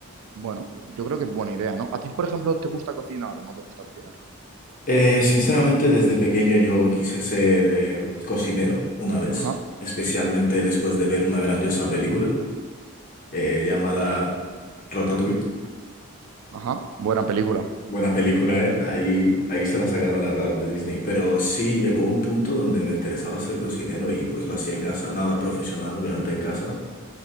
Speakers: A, on the right; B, on the left.
A: Bueno, yo creo que es buena idea, ¿no? ¿A ti, por ejemplo, te gusta cocinar o no te gusta cocinar?
B: Eh, sinceramente, desde pequeño yo quise ser eh, cocinero una vez,
A: Ajá,
B: especialmente después de ver una grandiosa película eh, llamada Ratatouille.
A: ajá. Buena película.
B: Buena película, ¿eh? Ahí, ahí se la sacaron la verdad los de Disney. Pero sí llegó un punto donde me interesaba ser cocinero y pues lo hacía en casa, nada profesional, obviamente en casa.